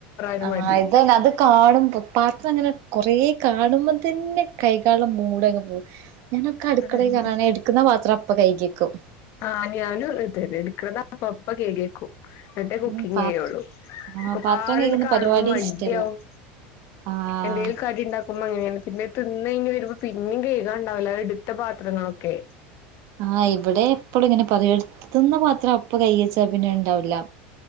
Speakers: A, on the left; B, on the right.
A: ഒരു
B: ആഹ്
A: മടിയില്ല
B: ഇതെന്നെഅത് കാണുമ്പോ പാത്രങ്ങനെ കൊറേ കാണുമ്പോതെന്നെ കൈകാള്ള മൂടങ് പോവും. ഞാനൊക്കെ അടുക്കളയികേറാണെങ്കിൽ
A: അതന്നെ
B: എടുക്കുന്ന പാത്രംഅപ്പ കൈകിവെക്കും.
A: ആഹ് ഞാനുംഅങ്ങൻതെന്നെ ഇട്ക്ക്ണത് അപ്പ, അപ്പ കൈകിവെക്കും. ന്ന്ട്ടേ കുക്കിങ്
B: ഉം പാത്രം
A: ചെയ്യൊള്ളൂ
B: ആഹ്
A: ഒക്കെപാടെണ്
B: പാത്രം കൈകുന്ന
A: കാണുമ്പോ
B: പരിപാടി
A: മടിയവും.
B: ഇഷ്ടല്ല ആഹ്
A: എന്തേലും കടിണ്ടാ നോകുമ്പോ അങ്ങനെണ് പിന്നെ തിന്നയ്ഞ് വെരുമ്പോ പിന്നെ കേഴുകാണ്ടാവുലെ അത് ഇട്ത്തപാത്രങ്ങളൊക്കെ.
B: ആഹ് ഇബടെ എപ്പളുംഇങ്ങനെപറയും തിന്നപാത്രം ഇപ്പൊ കൈയ്കിച്ചാ പിന്നെ ഇണ്ടാവില്ല